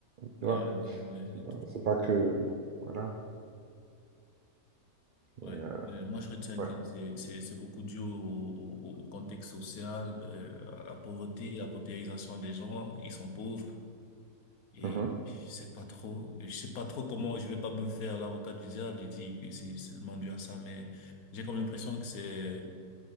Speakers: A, on the right; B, on the left.
A: Tu
B: Ah
A: vois,
B: ouais, ouais, ouais. Les
A: c'est pas,
B: trucs-
A: c'est pas que. Voilà. Et,
B: ouais.
A: euh,
B: Euh, Moi, je retiens
A: ouais.
B: que c'est, c'est, c'est beaucoup dû au, au- au contexte social, euh, à la pauvreté, à la paupérisation des gens. Ils sont pauvres et
A: Mhm.
B: je sais pas trop, je sais pas trop comment, je vais pas me faire l'avocat du diable et dire que c'est seulement dû à ça, mais j'ai comme l'impression que c'est,